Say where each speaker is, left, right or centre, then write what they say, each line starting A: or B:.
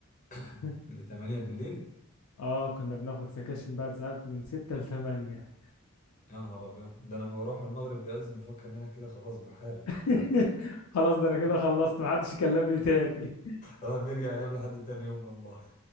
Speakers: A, on the left (about 35°); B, on the left (about 85°).
A: <laughs>
B: <laughs>
A: لتمانية بالليل
B: اه كنا بناخد سكاشن بعد ساعات من ستة لتمانية
A: يا نهار أبيض ده أنا لما بروح المغرب بيأذن بفكر إن أنا كده خلاص بحارب
B: <laughs>
A: <laughs> <laughs>
B: خلاص ده انا كده خلصت محدش يكلمني تاني <laughs>
A: الواحد بيرجع ينام لحد تاني يوم والله